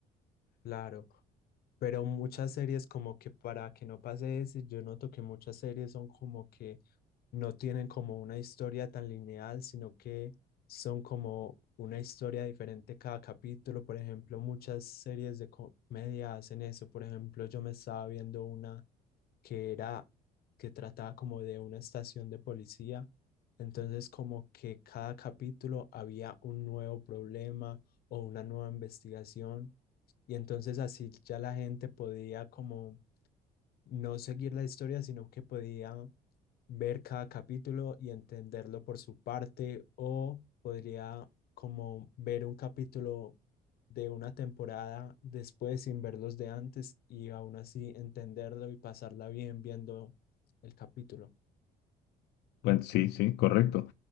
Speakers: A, on the left; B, on the left.
A: Claro, pero muchas series como que para que no pase eso, yo noto que muchas series son como que no tienen como una historia tan lineal, sino que son como una historia diferente cada capítulo. Por ejemplo, muchas series de comedia hacen eso. Por ejemplo, yo me estaba viendo una que era, que trataba como de una estación de policía. Entonces, como que cada capítulo había un nuevo problema o una nueva investigación. Y entonces así ya la gente podía como no seguir la historia, sino que podía ver cada capítulo y entenderlo por su parte, o podría como ver un capítulo de una temporada después sin ver los de antes y aún así entenderlo y pasarla bien viendo el capítulo.
B: Bueno, sí, sí, correcto.